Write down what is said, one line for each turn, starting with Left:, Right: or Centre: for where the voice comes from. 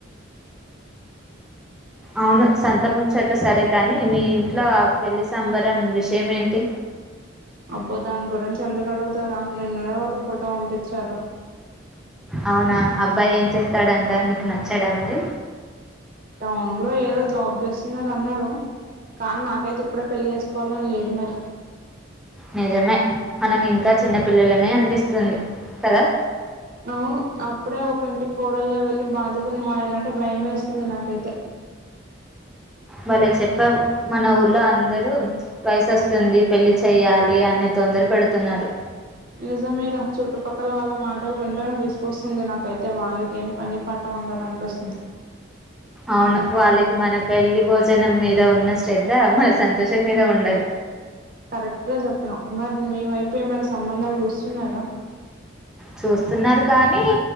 Centre: అవును సంతంముచ్చట్లు సరే కానీ మీ ఇంట్లో ఆ పెళ్లి సంబరం విషయం ఏంటి
Right: అబ్బో దాని గురించి ఎందుకు అడుగుతారా నిన్ననే వాళ్ళ ఫోటో పంపించారు
Centre: అవునా అబ్బాయి ఏం చేస్తాడంట నీకు నచ్చాడా మరి
Right: టౌన్ లో ఏదో జాబ్ చేస్తున్నారు అన్నారు కానీ నాకైతే ఇప్పుడే పెళ్లి చేసుకోవాలని లేదు మరి
Centre: నిజమే మనం ఇంకా చిన్న పిల్లలమే అనిపిస్తుంది కదా
Right: అవును అప్పుడే ఒక ఇంటికి కోడలిగా వెళ్ళి బాధ్యతలు మయాలంటే భయం వేస్తుంది నాకైతే
Centre: భలే చెప్పే మన ఊర్లో అందరూ వయసుొస్తుంది పెళ్లిి చెయ్యాలి అని తొందర పెడుతున్నారు
Right: నిజమేర చుట్టుపక్కల వాళ్ళ మాటలు వెంటనే విసుకొస్తుంది నాకైతే వాళ్ళకేం పని పట్ట ఉండదనిపిస్తుంది
Centre: అవును వాళ్ళకి మన పెళ్లిి భోజనం మీద ఉన్న శ్రద్ధ మన సంతోషం మీద ఉండదు
Right: కరెక్ట్ గా చెప్పినం మరి మీ వైపు ఏమైనా సంబంధాలు చూస్తున్నారా
Centre: చూస్తున్నారు కానీ